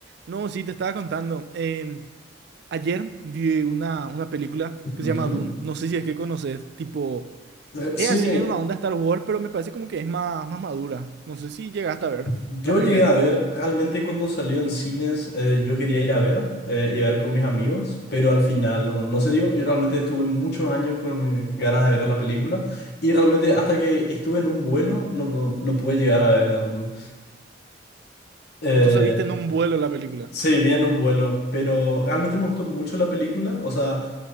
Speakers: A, on the right; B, on the left.
A: No, sí, te estaba contando. Eh, ayer vi una, una película que
B: Ujú.
A: se llama Dune. No sé si es que conoces. Tipo,
B: Re- Sí,
A: es así medio una onda Star Wars, pero me parece como que es más, más madura. No sé si llegaste a ver
B: yo
A: la primera.
B: llegué a ver, realmente cuando salió en cines eh, yo quería ir a ver eh, y ver con mis amigos, pero al final no, no se dio y realmente estuve muchos años con eh, ganas de ver la película y realmente hasta que estuve en un vuelo no, no, no pude llegar a ver a Dune. Eh,
A: Entonces viste en un vuelo la película.
B: sí, vi en un vuelo, pero realmente me gustó mucho la película, o sea...